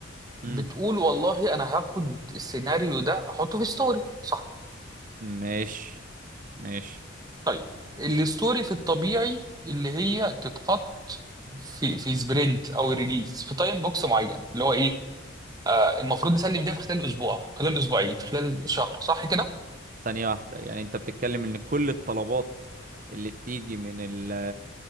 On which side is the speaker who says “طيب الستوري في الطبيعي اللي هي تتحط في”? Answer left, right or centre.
Right